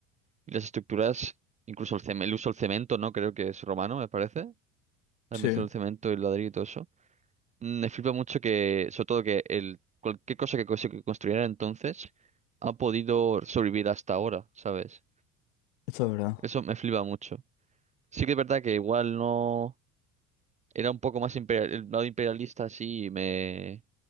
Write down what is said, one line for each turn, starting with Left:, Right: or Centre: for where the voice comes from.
Right: y las estructuras, incluso el, cem- el uso del cemento, ¿no? Creo que es romano, me parece. La
Left: Sí,
Right: mención del cemento y el ladrillo y todo eso. Mm, Me flipa mucho que, sobre todo que el, cualquier cosa que, cose- que construyeran entonces ha podido sobrevivir hasta ahora, ¿sabes?
Left: esto es verdad.
Right: Eso me flipa mucho. Sí que es verdad que igual no... Era un poco más imperial, el lado imperialista, sí, me...